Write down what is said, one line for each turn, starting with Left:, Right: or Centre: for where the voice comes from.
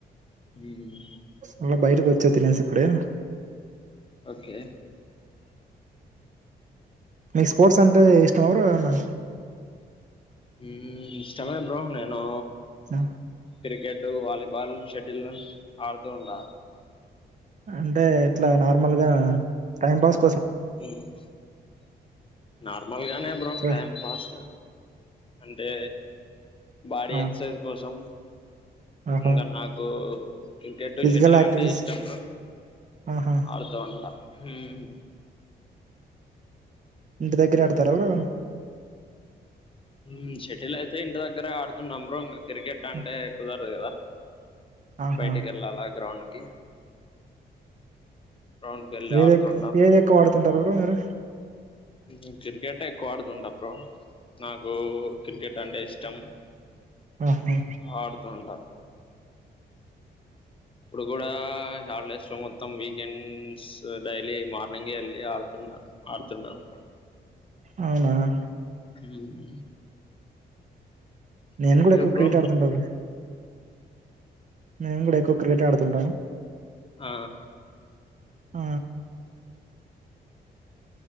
Left: హ్మ్మ్
Right: అలా బయటకి వచ్చా తినేసి ఇప్పుడే
Left: ఓకే
Right: నీకు స్పోర్ట్స్ అంటే ఇష్టం ఆ బ్రో ఏమన్నా
Left: హ్మ్మ్ ఇష్టమే బ్రో నేను
Right: చ
Left: క్రికెట్ వాలీబాల్ షెటిల్ ఆడుతూ ఉంటా
Right: అంటే ఎట్లా నార్మల్గా టైమ్పాస్
Left: మ్మ్ నార్మల్గానే బ్రో
Right: చె
Left: టైం పాస్ అంటే బాడీ
Right: ఆ
Left: ఎక్సర్సైజ్ కోసం
Right: ఆహా
Left: ఇంక నాకు క్రికెటు
Right: ఫిజికల్
Left: షెటిల్
Right: యాక్టివిటీస్
Left: అంటే ఇష్టం బ్రో
Right: ఆహా
Left: ఆడుతూ ఉంటా హ్మ్మ్
Right: ఇంటి దగ్గర ఆడతార బ్రో
Left: హ్మ్మ్ షటిల్ అయితే ఇంటి దగ్గరే ఆడుతున్నాం బ్రో ఇంగా క్రికెట్ అంటే
Right: ఆ!
Left: కుదరదు కదా
Right: ఆహా
Left: బయటికి వెల్లాలా గ్రౌండ్ కి గ్రౌండ్ కి వెళ్ళి
Right: ఏది
Left: ఆడుతుంటాం
Right: ఎక్క ఏది ఎక్కవాడుతుంటారు బ్రో మీరు
Left: ఉమ్ క్రికెట్ ఏ ఎక్కువడుతుంట బ్రో నాకు క్రికెట్ అంటే ఇష్టం
Right: ఆహా
Left: ఆడుత్ తుంట ఇప్పుడు కూడా హాలిడేస్ స్లో మొత్తం వీకెండ్ స్ డైలీ మార్నింగ్ వెళ్ళి ఆడుతున్నా ఆడుతున్నాన్ బ్రో
Right: అవునా అ
Left: ఉమ్
Right: నేను కూడా ఎక్కువ
Left: బ్రో
Right: క్రికెట్ ఆడుతుంటా బ్రో మేము కూడా ఎక్కువ క్రికెట్ ఆడుతుంటాము
Left: ఆ
Right: ఆ